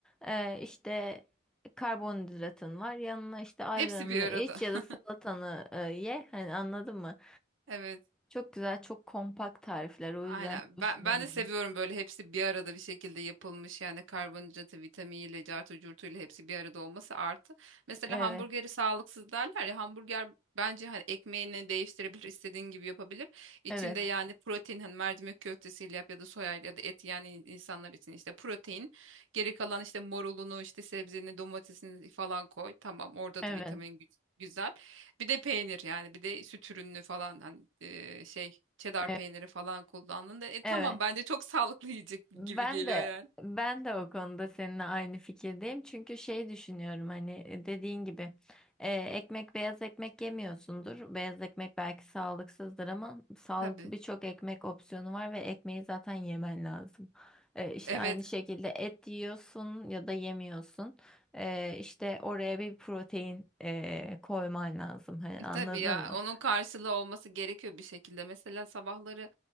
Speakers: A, in the centre; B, on the right (about 70°).
A: e, işte karbonhidratın var yanına işte ayranını
B: Hepsi bir arada.
A: iç ya da
B: <laughs>
A: salatanı e, ye hani anladın mı?
B: Evet.
A: Çok güzel, çok kompakt tarifler. O yüzden
B: Aynen.
A: hoşuma
B: Ben, ben
A: gidiyor.
B: de seviyorum böyle hepsi bir arada bir şekilde yapılmış yani karbonhidratı, vitaminiyle, cartı, curtuyla hepsi bir arada olması artı. Mesela
A: Evet,
B: hamburgeri sağlıksız derler ya hamburger bence hani ekmeğini değiştirebilir, istediğin gibi yapabilir. İçinde
A: evet,
B: yani protein hani mercimek köftesiyle yap ya da soya ya da et yani in- insanlar için işte protein. Geri kalan işte marulunu, işte sebzeni, domatesini falan koy. Tamam orada
A: evet,
B: da vitamin gü- güzel. Bir de peynir yani bir de süt ürünü falan hani e, şey Çedar
A: evet,
B: peyniri falan kullandın da e,
A: evet.
B: tamam bence çok sağlıklı yiyecek
A: Ben
B: gibi geliyor
A: de
B: yani.
A: ben de o konuda seninle aynı fikirdeyim. Çünkü şey düşünüyorum hani e, dediğin gibi e, ekmek beyaz ekmek yemiyorsundur. Beyaz ekmek belki sağlıksızdır ama sağlıklı
B: Tabii.
A: birçok ekmek opsiyonu var ve ekmeği zaten yemen lazım. E, işte
B: Evet
A: aynı şekilde et yiyorsun ya da yemiyorsun. E, işte oraya bir protein e, koyman lazım. Hani anladın
B: tabii ya
A: mı?
B: onun karşılığı olması gerekiyor bir şekilde. Mesela sabahları